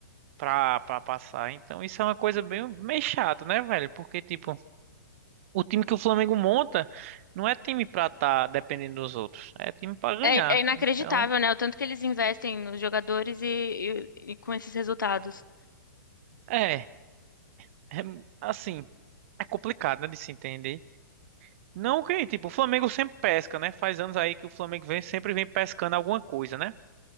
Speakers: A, on the right; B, on the left.
A: Pra, pra passar. Então isso é uma coisa bem, meio chata, né, velho? Porque, tipo, o time que o Flamengo monta não é time pra tá dependendo dos outros, é time pra ganhar.
B: É, é inacreditável,
A: Então,
B: né? O tanto que eles investem nos jogadores e, e- e com esses resultados.
A: é, é assim, é complicado, né, de se entender. Não que, tipo, o Flamengo sempre pesca, né? Faz anos aí que o Flamengo vem, sempre vem pescando alguma coisa, né?